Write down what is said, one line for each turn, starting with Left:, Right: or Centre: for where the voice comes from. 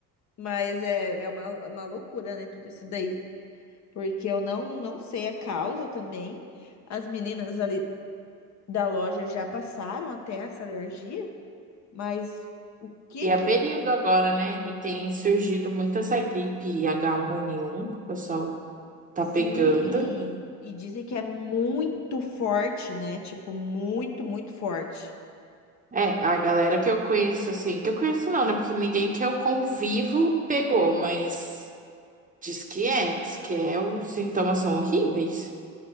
Left: Mas é, é uma, é uma loucura, né, tudo isso daí. Porque eu não, não sei a causa também. As meninas ali da loja já passaram até essa alergia. Mas o que
Right: E é
Left: que.
Right: período
Left: com-
Right: agora, né? E tem surgido muito essa gripe H1N1, que o pessoal. Tá
Left: Sim,
Right: pegando.
Left: e dizem que é muito forte, né? Tipo, muito, muito forte.
Right: É, a galera que eu conheço, assim, que eu conheço não, né? Porque ninguém que eu convivo pegou, mas diz que é, diz que é, os sintomas são horríveis.